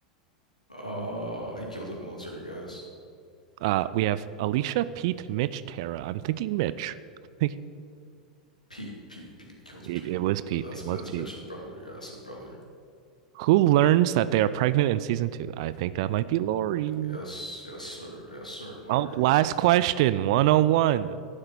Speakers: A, on the left; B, on the right.
A: Uh, he kills the military guys.
B: Uh, we have Alicia, Pete, Mitch, Tara. I'm thinking Mitch. <laughs>
A: Pete, Pete, Pete kills
B: It,
A: Pete.
B: it was Pete.
A: That's
B: It was
A: that's
B: Pete.
A: Mitch's brother. Yeah, that's his brother.
B: Who learns that they are pregnant in season two? I think that might be Lori.
A: Yes, yes, sir. Yes, sir. Lori.
B: Oh, last question, 101.